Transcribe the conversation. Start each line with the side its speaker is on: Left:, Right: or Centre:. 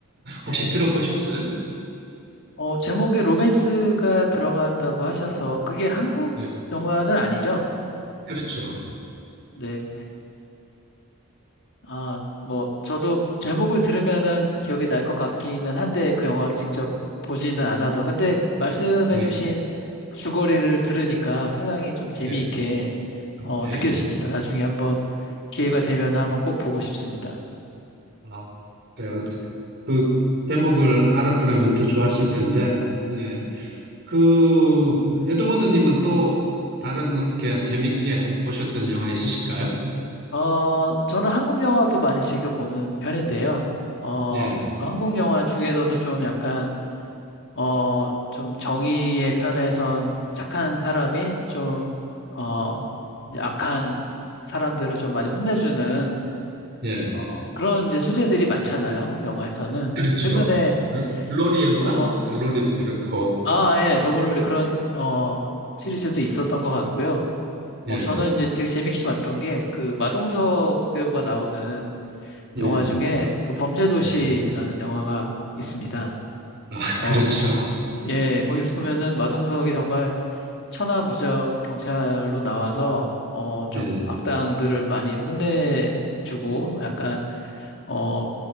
Left: 네.
Right: 혹시 들어보셨어요?
Left: 어, 제목에 로맨스가 들어간다고 하셔서 그게 한국
Right: 예,
Left: 영화는 아니죠?
Right: 그렇죠.
Left: 네. 아, 뭐, 저도 제목을 들으면은 기억이 날 것 같기는 한데 그 영화를 직접 보지는 않아서. 근데 말씀해주신
Right: 예,
Left: 그 줄거리를 들으니까 상당히 좀 재미있게
Right: 예,
Left: 어,
Right: 예.
Left: 느껴집니다. 나중에 한번 기회가 되면 한번 꼭 보고 싶습니다.
Right: 아, 그래요. 그 제목을 알았더라면 더 좋았을 텐데, 네. 그 에드워드님은 또 다른 어떻게 재밌게 보셨던 영화 있으실까요?
Left: 어, 저는 한국 영화도 많이 즐겨 보는 편인데요. 어,
Right: 예,
Left: 한국 영화 중에서도 좀 약간 어, 좀 정의의 편에선 착한 사람이 좀, 어, 이제 악한 사람들을 좀 많이 혼내주는,
Right: 예,
Left: 어, 그런 이제 소재들이 많잖아요. 한국 영화에서는.
Right: 그렇죠.
Left: 그래서 최근에,
Right: 글로리였나?
Left: 어,
Right: 글로리도 그렇고,
Left: 아, 예, 더글로리 그런, 어, 시리즈도 있었던 것 같고요. 어,
Right: 예,
Left: 저는 이제 되게 재밌게 봤던 게 그 마동석 배우가 나오는
Right: 예,
Left: 영화 중에 그 범죄도시라는
Right: 예.
Left: 영화가 있습니다.
Right: 아, <laughs>
Left: 어,
Right: 그렇죠.
Left: 예, 거기 보면은 마동석이 정말 천하무적 경찰로 나와서 어
Right: 네,
Left: 좀 악당들을 많이 혼내주고 약간 어